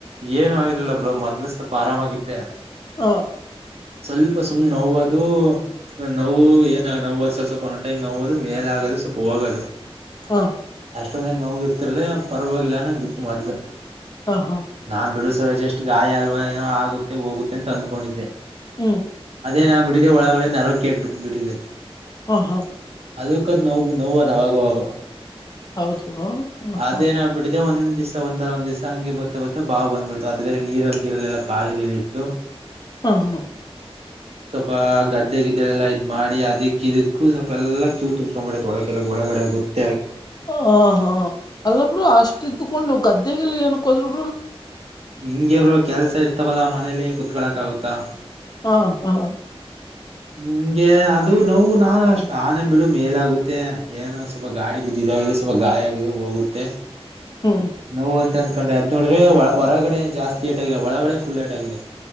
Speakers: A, on the right; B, on the left.
A: ಏನು ಆಗಿರ್ಲಿಲ್ಲ ಬ್ರೋ ಮೊದ್ಲು ಸ್ವಲ್ಪ ಆರಾಮಾಗಿದ್ದೆ.
B: ಹಾ
A: ಸ್ವಲ್ಪ ಸುಮ್ ನೋವದು ನೋವು ಏನ ನೋವ ಸ್ ಸ್ವಲ್ಪ ಒಂದ್ ಟೈಮ್ ನೋವದು ಮೇಲೆ ಆಗದು ಸ್ವಲ್ಪ ಹೋಗದು.
B: ಹಾ
A: ಅಷ್ಟೊಂದೇನ್ ನೋವು ಇರ್ತಿರ್ಲ ಪರವಾಗಿಲ್ಲ ಅನ್ನಂಗಿತ್ತು ಮೊದ್ಲು.
B: ಹ ಹಾ
A: ನಾನ್ ಬಿಡಿ ಸರ್ ಜಷ್ಟ್ ಗಾಯ ಅಲ್ವಾ ಏನೋ ಆಗುತ್ತೆ ಹೋಗುತ್ತೆ ಅಂತ ಅಂದ್ಕೊಂಡಿದ್ದೆ.
B: ಹ್ಮ್
A: ಅದೇನ್ ಆಗ್ಬಿಟ್ಟಿದೆ ಒಳಗಡೆ ನರ್ವ್ಕೇಟ್ ಬಿಟ್ಬ ಬಿಟ್ಟಿದೆ.
B: ಹಾ ಹಾ
A: ಅದಕ್ಕದ್ ನೋವ್ ನೋವ್ವದ್ ಅವಾಗವಾಗ,
B: ಹೌದು ಬ್ರೋ ಹ್ಮ್
A: ಅದೇನಾಗಬಿಟ್ಟಿದೆ
B: ಹ್ಮ್
A: ಒಂದ್ ದಿಸ ಒಂದಲ್ಲ ಒಂದ್ ದಿಸ ಹಂಗೆ ಬತ್ತ ಬತ್ತ ಬಾವು ಬಂದ್ಬಿಡ್ತು ಅದ್ಬೇರೆ ನೀರಲ್ಗೀರಲೆಲ್ಲ ಕಾಲ್ಗೀಟ್ಟು
B: ಹಾ ಹಾ
A: ಸ್ವಲ್ಪ ಗದ್ದೆ ಗಿದ್ದೆಲೆಲ್ಲ ಇದ್ ಮಾಡಿ ಅದಿಕ್ಕಿದುಕ್ಕೂ ಸ್ವಲ್ಪೆಲ್ಲ ಕ್ಯೂ ತುಂಬ್ಕೊಂಬಿಡತ್ತೖ ಒಳಕೆಲ್ಲ ಒಳಗಡೆ ಆಗುತ್ತೆ
B: ಹ ಹಾ ಅಲ್ಲ ಬ್ರೋ ಅಷ್ಟಿದ್ದುಕೊಂಡ್ ನೀವ್ ಗದ್ದೆಗೆಲ್ಲ ಏನಕ್ಕೋದ್ರಿ ಬ್ರೋ?
A: ಹಿಂಗೆ ಬ್ರೋ ಕೆಲ್ಸ ಇರ್ತಾವಲ್ಲಾ ಮನೇಲಿ ಕೂತ್ಕಳಕ್ ಆಗುತ್ತಾ?
B: ಹಾ ಹಾ
A: ನಿಂಗೆ ಅದು ನೋವು ನಾ ಅಷ್ಟ ನಾನೇ ಬಿಡು ಮೇಲಾಗುತ್ತೆ ಏನು ಸ್ವಲ್ಪ ಗಾಡಿ ಬಿದ್ದಿದಾಗ ಸ್ವಲ್ಪ ಗಾಯ ಆಗಿದೆ ಹೋಗುತ್ತೆ
B: ಹ್ಮ್
A: ನೋವು ಅಂತ ಅಂದಕೊಂಡೆ ಅದ್ ನೋಡ್ರೆ ಹೊರಗಡೆ ಏನ್ ಜಾಸ್ತಿ ಏಟ್ ಆಗಿಲ್ಲ ಒಳಗಡೆ ಫುಲ್ ಏಟ್ ಆಗಿದೆ.